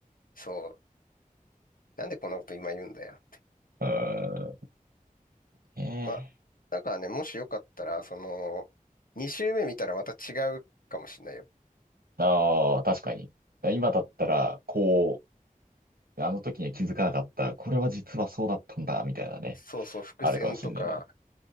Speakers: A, on the left; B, on the right.
A: そう、なんでこんなこと今言うんだよ。
B: うーん。ね
A: あ、
B: え。
A: だからね、もしよかったら、その、2周目見たらまた違うかもしれないよ。
B: ああ、確かに。今だったら、こう、あの時には気づかなかった。これは実はそうだったんだ、みたいなね。
A: そうそう、伏線とか、
B: あるかもしんないね。